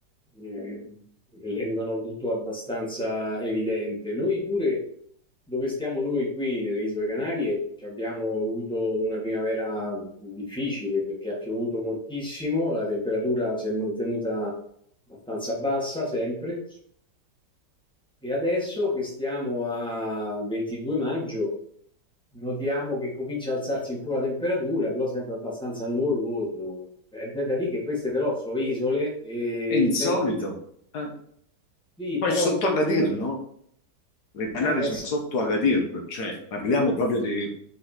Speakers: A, in the centre; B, on the left.
A: Ehm, rendono tutto abbastanza evidente. Noi pure, dove stiamo noi qui nelle Isole Canarie, ci abbiamo avuto una primavera difficile perché ha piovuto moltissimo, la temperatura si è mantenuta abbastanza bassa sempre e adesso che stiamo al 22 maggio notiamo che comincia a alzarsi un po' la temperatura, però sempre abbastanza nuvoloso. È da dire che queste però sono isole e
B: È insolito.
A: il tempo
B: eh.
A: sì,
B: Poi
A: però
B: sotto
A: il tempo...
B: Agadir, no? Le Canarie
A: Eh,
B: sono
A: eh, sì.
B: sotto Agadir, cioè parliamo proprio di